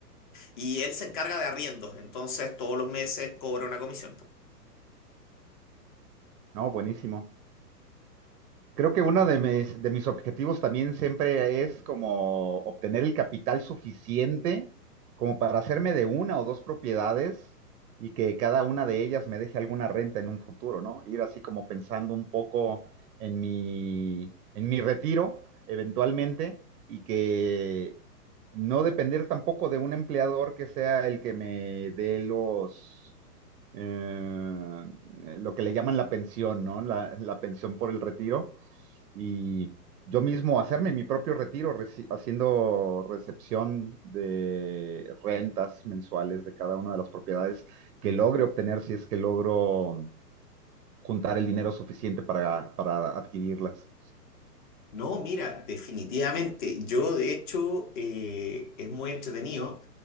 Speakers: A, on the left; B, on the right.
A: Y él se encarga de arriendos, entonces todos los meses cobra una comisión.
B: no, buenísimo. Creo que uno de mis, de mis objetivos también siempre es como obtener el capital suficiente como para hacerme de una o dos propiedades y que cada una de ellas me deje alguna renta en un futuro, ¿no? Ir así como pensando un poco en mi, en mi retiro eventualmente y que no depender tampoco de un empleador que sea el que me dé los eh, lo que le llaman la pensión, ¿no? La, la pensión por el retiro, y yo mismo hacerme mi propio retiro, reci- haciendo recepción de rentas mensuales de cada una de las propiedades que logre obtener si es que logro juntar el dinero suficiente para, para adquirirlas.
A: No, mira, definitivamente. Yo, de hecho, eh, es muy entretenido